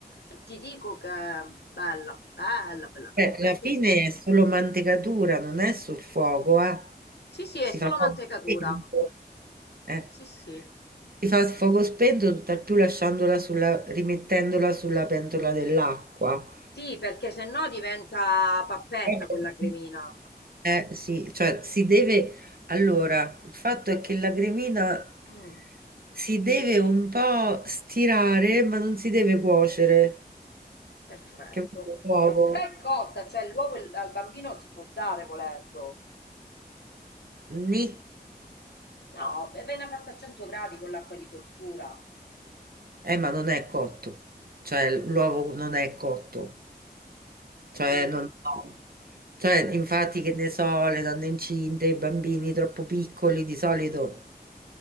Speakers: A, on the left (about 80°); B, on the right (about 60°).
A: E ti dico che bella, bella, bella, bella,
B: Eh,
A: mi
B: alla
A: è
B: fine
A: piaciuta.
B: è solo mantecatura, non è sul fuoco, eh.
A: Sì, sì,
B: Si
A: è solo
B: fa fuoco
A: mantecatura.
B: spento. eh.
A: Sì, sì.
B: Si fa fuoco spento, tutt'al più lasciandola sulla, rimettendola sulla pentola dell'acqua.
A: Sì, perché se no diventa pappetta
B: <laughs>
A: quella cremina.
B: Eh sì, cioè si deve... Allora, il fatto è che la cremina
A: Mm,
B: si deve un po' stirare, ma non si deve cuocere.
A: perfetto.
B: Capito? L'uovo.
A: Però è cotta, cioè l'uovo il- al bambino si può dare volendo.
B: Nì.
A: No, beh, viene fatta a 100 gradi con l'acqua di cottura.
B: Eh, ma non è cotto, cioè l'uovo non è cotto, cioè
A: Mm.
B: non no. Cioè, infatti, che ne so, le donne incinte, i bambini troppo piccoli di solito